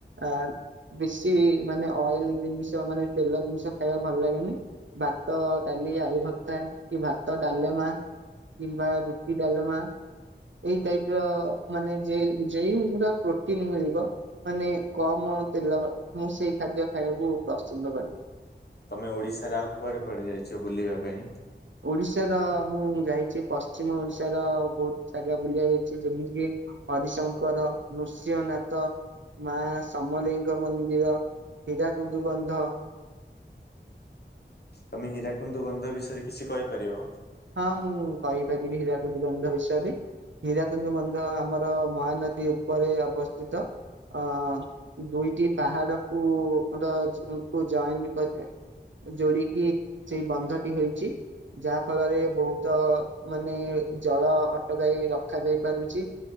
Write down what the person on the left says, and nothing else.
ତମେ ଓଡିଶାରେ ଆଉ କୁଆଡେ କୁଆଡେ ଯାଇଚ ବୁଲିବା ପାଇଁ?
ତମେ ହୀରାକୁନ୍ଦୁ ଵନ୍ଧ ବିଷୟରେ କିଛି କହିପାରିବ।